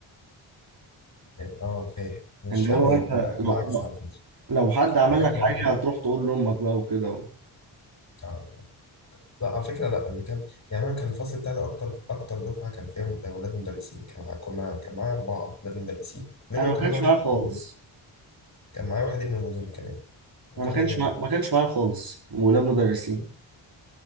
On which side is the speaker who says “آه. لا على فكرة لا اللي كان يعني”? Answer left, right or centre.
Left